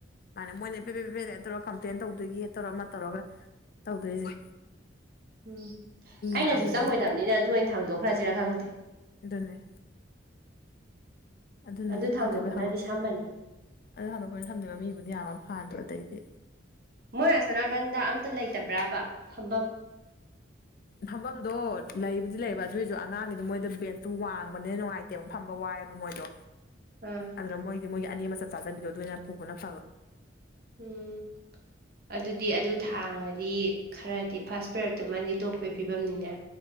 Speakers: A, on the left (about 50°); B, on the right (about 50°).
A: ꯃꯥꯅꯦ ꯃꯣꯏꯅ ꯄꯦꯕꯦ ꯄꯦꯕꯦ ꯇꯧꯔꯒ ꯀꯝꯄ꯭ꯂꯦꯟ ꯇꯧꯗꯣꯏꯒ ꯇꯧꯔ ꯑꯃ ꯇꯧꯔꯒ ꯇꯧꯗꯣꯏꯖꯦ
B: ꯎꯝ ꯑꯩꯅꯖꯨ
A: ꯌꯥꯝꯕꯅꯤꯅ
B: ꯆꯪꯉꯣꯏꯗꯕꯅꯤꯅ ꯑꯗꯨ ꯑꯣꯏꯅ ꯊꯥꯡꯗꯣꯛꯈ꯭ꯔꯁꯤꯔꯥ ꯈꯪꯗꯦ
A: ꯑꯗꯨꯅꯦ ꯑꯗꯨꯅꯁꯨ
B: ꯑꯗꯨ ꯊꯥꯡꯗꯣꯛꯄꯅꯗꯤ
A: ꯐꯗꯣꯏꯕ <unintelligible>
B: ꯁꯝꯕꯅꯤ
A: ꯑꯗꯨ ꯍꯥꯡꯗꯣꯛꯄꯅ ꯊꯝꯗꯅ ꯃꯤꯕꯨꯗꯤ ꯌꯥꯝ ꯐꯥꯟꯗ꯭ꯔꯣ ꯑꯗꯩꯗꯤ
B: ꯃꯣꯏ ꯑꯁꯣ ꯅꯥꯀꯟꯗ ꯑꯝꯇ ꯂꯩꯇꯕ꯭ꯔꯕ ꯐꯝꯕꯝ
A: ꯐꯝꯕꯝꯗꯣ ꯂꯩꯕꯨꯗꯤ ꯂꯩꯌꯦꯕ ꯑꯗꯣꯏꯖꯄ ꯑꯉꯥꯡꯒꯤꯗꯣ ꯃꯣꯏꯗ ꯕꯦꯟꯁꯇꯨ ꯋꯥꯡꯕꯅꯦꯅ ꯅꯨꯡꯉꯥꯏ ꯌꯥꯝ ꯐꯝꯕ ꯋꯥꯏꯦꯕ ꯃꯣꯏꯗꯣ
B: <unintelligible>
A: ꯑꯗꯨꯅ ꯃꯣꯏꯗꯤ ꯃꯣꯏꯒꯤ ꯑꯅꯤ ꯑꯃꯆꯞ ꯆꯥꯖꯕꯤꯗꯣ ꯑꯗꯨꯅ ꯐꯕꯅ
B: ꯎꯝ ꯑꯗꯨꯗꯤ ꯑꯗꯨ ꯊꯥꯡꯉꯗꯤ ꯈꯔꯗꯤ ꯐꯥꯔꯁ ꯄ꯭ꯔꯗꯛꯇꯨꯃꯗꯤ ꯇꯣꯛ ꯑꯩꯈꯣꯏ ꯐꯤꯕꯝꯅꯤꯅꯦ